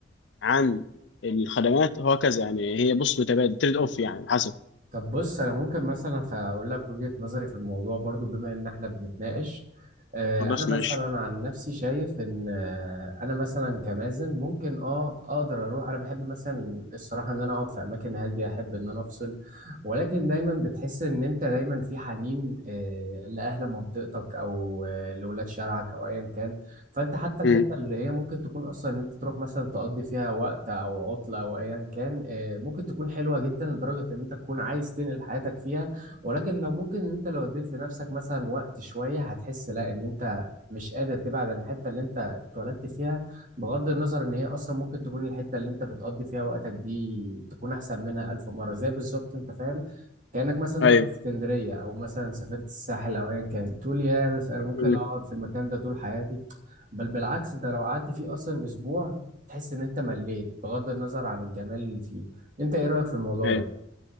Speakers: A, on the left; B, on the right.
A: عن الخدمات وهكذا يعني هي بص متبادل تريد اوف يعني حسب
B: طب بص انا ممكن مثلا فاقول لك وجهة نظري في الموضوع برضو بما ان احنا بنتناقش آه،
A: خلاص
B: انا مثلا
A: ماشي
B: عن نفسي شايف ان آه، انا مثلا كمازن ممكن اه اقدر اروح انا بحب مثلا الصراحه ان انا اقعد في اماكن هاديه احب ان انا افصل ولكن دايما بتحس ان انت دايما في حنين آه، لاهل منطقتك او آه، لولاد شارعك او ايا كان فانت حتى الحته
A: امم
B: اللي هي ممكن تكون اصلا ان انت تروح مثلا تقضي فيها وقت او عطله او ايا كان آه، ممكن تكون حلوه جدا لدرجه ان انت تكون عايز تنقل حياتك فيها ولكن لو ممكن ان انت لو اديت لنفسك مثلا وقت شويه هتحس لا ان انت مش قادر تبعد عن الحته اللي انت اتولدت فيها بغض النظر ان هي اصلا ممكن تكون الحته اللي انت بتقضي فيها وقتك دي تكون احسن منها الف مره زي بالظبط انت فاهم كأنك مثلا
A: ايوه
B: رحت اسكندرية أو مثلا سافرت الساحل أو أيا كان تقول يا بس أنا ممكن
A: امم
B: أقعد في المكان ده طول حياتي بل بالعكس انت لو قعدت فيه اصلا اسبوع تحس ان انت مليت بغض النظر عن الجمال اللي فيه انت ايه رأيك في الموضوع
A: ايوه
B: ده